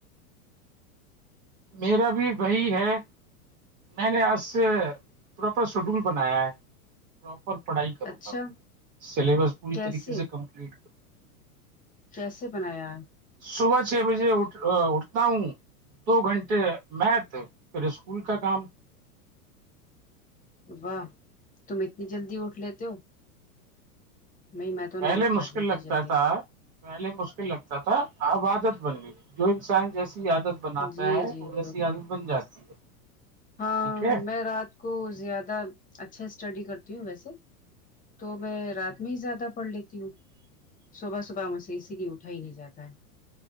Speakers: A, on the right; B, on the left.
A: میرا بھی باہی ہے میں نے آج سے پراپر شیڈول بنایا ہے پراپر پڑھائی کروں
B: اچھا
A: گا سلیبس پوری
B: کیسے
A: طریقے سے کمپلیٹ کروں
B: کیسے بنایا
A: صبح چھ بجے اٹھ اٹھتا ہوں دو گھنٹے میتھ پھر اسکول کا کام
B: واہ تم اتنی جلدی اٹھ لیتے ہو نہیں میں تو
A: پہلے
B: نہیں اٹھ پاتی
A: مشکل لگتا
B: تھی جلدی
A: تھا پہلے مشکل لگتا تھا اب عادت بن گئی جو انسان جیسی عادت بناتا
B: جی
A: ہے
B: جی
A: تو وسی
B: بالکل
A: آدمی بن جاتی ہے
B: ہاں
A: ٹھیک ہے
B: میں رات کو زیادہ اچھا اسٹڈی کرتی ہوں ویسے تو میں رات میں ہی زیادہ پڑھ لیتی ہوں صبح صبح ہم سے اسی لیے اٹھا ہی نہیں جاتا ہے